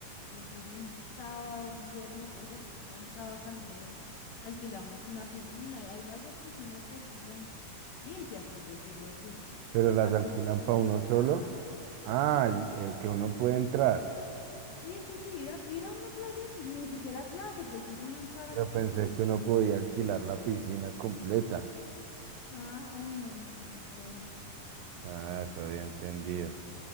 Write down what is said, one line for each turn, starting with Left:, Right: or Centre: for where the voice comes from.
Left: Decir un sábado, un viernes, oiga, estoy cansado, caminé, alquilamos una piscina. Hay, hay varias piscinas que alquilan limpias, por decirlo así.
Right: pero las
Left: está como
Right: alquilan
Left: compensar.
Right: para uno solo. Ah, el, el que uno puede entrar.
Left: Sí, sí, sí, ir a, ir a una clase, de pi- ni siquiera clase, pues ir uno a entrar
Right: Pero
Left: a la piscina.
Right: pensé que uno podía alquilar la piscina completa.
Left: Ah, uy, no, no, no, no creo.
Right: Ah, eso había entendido.